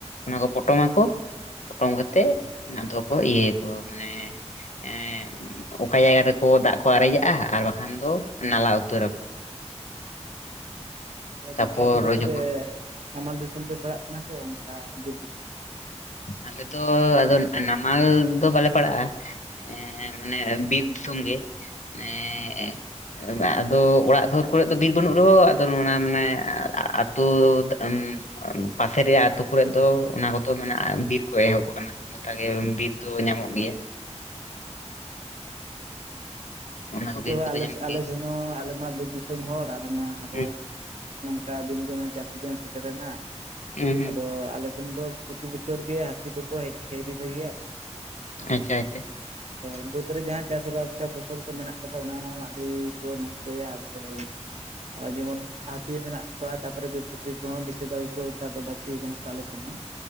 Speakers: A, on the left; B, on the right.
A: ᱚᱱᱟ ᱠᱚ ᱯᱚᱴᱚᱢ ᱟᱠᱚ ᱯᱚᱴᱚᱢ ᱠᱟᱛᱮᱫ ᱟᱫᱚ ᱠᱚ ᱤᱭᱟᱹ ᱠᱚ ᱢᱟᱱᱮ ᱮᱸ ᱚᱠᱟ ᱡᱟᱭᱜᱟ ᱨᱮᱠᱚ ᱫᱟᱜ ᱠᱚ ᱟᱨᱮᱡᱟᱜᱼᱟ ᱟᱨ ᱵᱟᱠᱷᱟᱱ ᱫᱚ ᱱᱟᱞᱟ ᱩᱛᱟᱹᱨ-ᱟᱠᱚ᱾
B: ᱛᱟᱦᱚᱞᱮ
A: ᱛᱟᱯᱚᱨ
B: ᱜᱚᱝᱠᱮ ᱟᱯᱮ ᱫᱚ ᱛᱚᱵᱮ
A: ᱡᱚᱠᱷᱚᱱ
B: ᱱᱟᱢᱟᱞ ᱫᱤᱥᱚᱢ ᱯᱮ ᱯᱟᱲᱟᱜ ᱠᱟᱱᱟ ᱥᱮ ᱚᱱᱠᱟ ᱵᱤᱨ ᱫᱤᱥᱚᱢ?
A: ᱟᱞᱮ ᱫᱚ ᱟᱫᱚ ᱱᱟᱢᱟᱞ ᱫᱚ ᱵᱟᱞᱮ ᱯᱟᱲᱟᱜᱼᱟ ᱮᱸ ᱢᱟᱱᱮ ᱵᱤᱨ ᱫᱤᱥᱚᱢ ᱜᱮ᱾ <unintelligible> ᱮᱸ ᱟᱫᱚ ᱚᱲᱟᱜ ᱥᱩᱨ ᱠᱚᱨᱮ ᱫᱚ ᱫᱤᱨ ᱵᱟᱹᱱᱩᱜ ᱨᱮᱦᱚᱸ ᱟᱫᱚ ᱚᱱᱟ ᱢᱟᱱᱮ ᱟᱛᱩ <unintelligible> ᱯᱟᱥᱮᱨᱮᱭᱟᱜ ᱛᱩ ᱠᱚᱨᱮ ᱫᱚ ᱚᱱᱟ ᱠᱚᱫᱚ ᱢᱮᱱᱟᱜᱼᱟ ᱵᱤᱨ ᱠᱚ ᱮᱦᱚᱵ ᱟᱠᱟᱱᱟ ᱜᱚᱴᱟ ᱜᱮ ᱵᱤᱨ ᱫᱚ ᱧᱟᱢᱚᱜ ᱜᱮᱭᱟ᱾
B: ᱟᱪᱪᱷᱟ ᱟᱪᱪᱷᱟ᱾
A: ᱚᱱᱟ
B: ᱜᱚᱢᱠᱮ
A: ᱠᱚ ᱵᱤᱨ
B: ᱦᱟᱹᱭ
A: ᱠᱚᱫᱚ
B: ᱟᱞᱮᱥ
A: ᱧᱟᱢᱚᱜ ᱜᱮᱭᱟ
B: ᱟᱞᱮᱥᱮᱫ ᱦᱸ ᱟᱞᱮᱢᱟ ᱵᱤᱨ ᱫᱤᱥᱚᱢ᱾ ᱫᱤᱥᱚᱢ ᱦᱚᱲ ᱟᱞᱮ ᱢᱟ ᱟᱨᱚ
A: ᱦᱩᱸ
B: ᱱᱚᱝᱠᱟ ᱫᱤᱱ ᱜᱮᱢᱟ ᱪᱟᱥ ᱥᱤᱡᱤᱱ ᱦᱚᱸ ᱥᱮᱴᱮᱨᱮᱱᱟ᱾
A: ᱦᱩᱸ ᱦᱩᱸ
B: ᱟᱫᱚ ᱟᱞᱮ ᱥᱮᱱ ᱫᱚ ᱯᱨᱚᱛᱤ ᱵᱚᱪᱷᱚᱨ ᱜᱮ ᱦᱟᱹᱛᱤ ᱫᱚᱠᱚ ᱦᱮᱡ ᱦᱤᱨᱤ ᱞᱮᱜᱮᱭᱟ᱾
A: ᱟᱪᱪᱷᱟ ᱟᱪᱪᱷᱟ
B: ᱛᱚᱭ ᱵᱟᱹᱫᱽ ᱨᱮ ᱡᱟᱦᱟᱸᱭ ᱪᱟᱥ ᱟᱵᱟᱫ ᱯᱷᱚᱥᱚᱞ ᱛᱚ ᱢᱮᱱᱟᱜ ᱠᱟᱫᱟ ᱚᱱᱟ ᱦᱚᱸ ᱟᱹᱰᱤ ᱠᱚ ᱱᱚᱥᱴᱚᱭᱟ ᱟᱫᱚ ᱱᱚᱜᱼᱚᱭ ᱡᱮᱢᱚᱱ ᱦᱟᱹᱛᱤ ᱢᱮᱱᱟᱜ ᱠᱚᱣᱟ ᱛᱟᱯᱚᱨᱮ ᱵᱤᱨ ᱥᱩᱠᱨᱤ ᱠᱚᱦᱚᱸ ᱵᱤᱥᱤᱨ ᱵᱷᱟᱜᱽ ᱠᱚ ᱱᱮᱛᱟᱨ ᱫᱚ ᱵᱟᱹᱲᱛᱤ ᱠᱟᱱᱟ᱾ ᱛᱚ ᱟᱞᱮ ᱥᱮᱱ ᱦᱟᱸᱜ